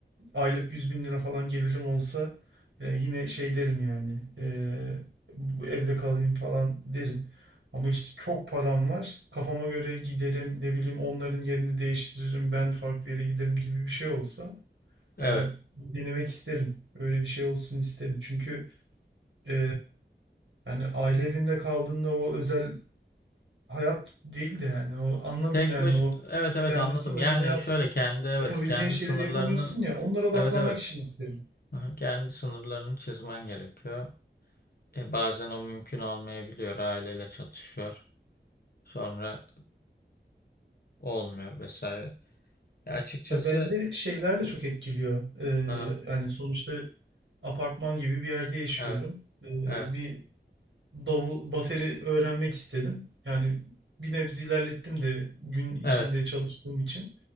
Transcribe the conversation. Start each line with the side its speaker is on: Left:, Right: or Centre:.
Right: aylık yüz bin lira falan gelirim olsa e, yine şey derim yani e, bu evde kalayım falan derim. Ama işte çok param var. Kafama göre giderim ne bileyim onların yerini değiştiririm ben farklı yere giderim gibi bir şey olsa
Left: Evet.
Right: yani denemek isterim. Öyle bir şey olsun isterim. Çünkü e, yani aile evinde kaldığında o özel hayat değil de yani o anladın
Left: Tek
Right: yani
Left: baş
Right: o
Left: evet evet
Right: kendi
Left: anladım.
Right: sınırında
Left: Yani
Right: yap,
Left: şöyle kendi evet
Right: yapabileceğin
Left: kendi
Right: şeyleri
Left: sınırlarının
Right: yapamıyorsun ya onlara odaklanmak
Left: evet evet
Right: için isterim.
Left: Aha, kendi sınırlarını çizmen gerekiyor. E, bazen o mümkün olmayabiliyor. Aileyle çatışıyor. Sonra olmuyor vesaire. E, açıkçası
Right: Ya bende şeyler de
Left: e,
Right: çok etkiliyor. Ee,
Left: aha,
Right: yani sonuçta apartman gibi bir yerde yaşıyorum.
Left: evet
Right: Ee,
Left: evet
Right: bir davul, bateri öğrenmek istedim. Yani bir nebze ilerlettim de gün içinde
Left: evet.
Right: çalıştığım için